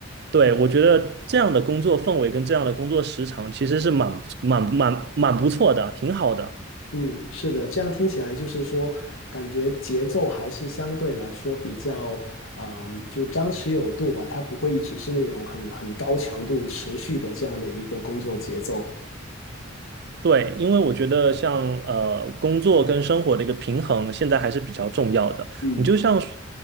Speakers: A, on the right; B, on the left.
A: 对，我觉得这样的工作氛围跟这样的工作时长其实是蛮蛮蛮蛮不错的，挺好的。
B: 嗯，是的，这样听起来就是说，感觉节奏还是相对来说比较，嗯，就张弛有度吧，它不会一直是那种很很高强度持续的这样的一个工作节奏。
A: 对，因为我觉得像呃工作跟生活的一个平衡，现在还是比较重要的。
B: 嗯
A: 你就像说